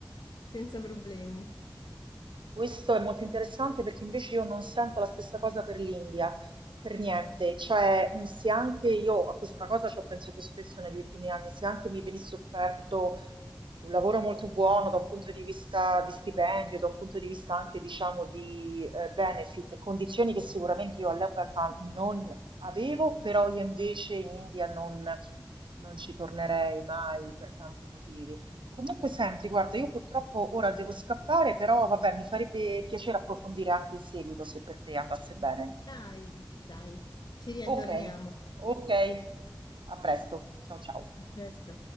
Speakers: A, on the left; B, on the right.
A: senza problemi.
B: Questo è molto interessante perché invece io non sento la stessa cosa per l'India, per niente. Cioè, mh, se anche io a questa cosa ci ho pensato spesso negli ultimi anni, se anche mi venisse offerto un lavoro molto buono da un punto di vista di stipendio, da un punto di vista anche, diciamo, di eh, benefit, condizioni che sicuramente io all'epoca non avevo, però io invece in India non non ci tornerei mai per tanti motivi. Comunque, senti, guarda, io purtroppo ora devo scappare, però vabbè, mi farebbe piacere approfondire anche in seguito se per te andasse bene.
A: Dai, dai, ci riaggiorniamo.
B: Ok, ok, a presto. Ciao ciao.
A: A presto.